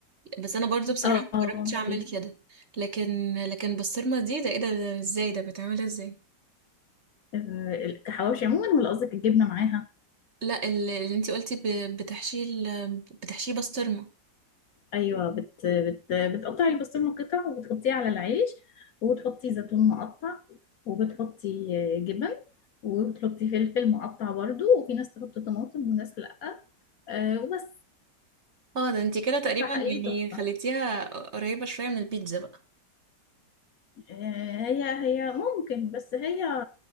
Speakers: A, on the right (about 45°); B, on the left (about 65°).
A: بس انا برضو بصراحة
B: اه
A: ما
B: اه
A: جربتش اعمل
B: في
A: كده لكن لكن بسطرمة دي ده ايه ده, ده ازاي ده بتعملها ازاي
B: آه، كحواوشي عموما ولا قصدك الجبنه معاها
A: لا ال- اللي انتي قلتي ب- بتحشيه ال- بتحشيه بسطرمة
B: ايوه بت بت بتقطعي البسطرمه قطع وبتحطيه على العيش وبتحطي زيتون مقطع وبتحطي آه، جبن وبتحطي فلفل مقطع برضو وفي ناس تحط طماطم وناس لأ أه وبس
A: اه ده انتي كده تقريبا
B: تطلع حقيقي
A: يعني
B: تحفة
A: خليتيها قريبة شوية من البيتزا بقى
B: أه هي هي ممكن بس هي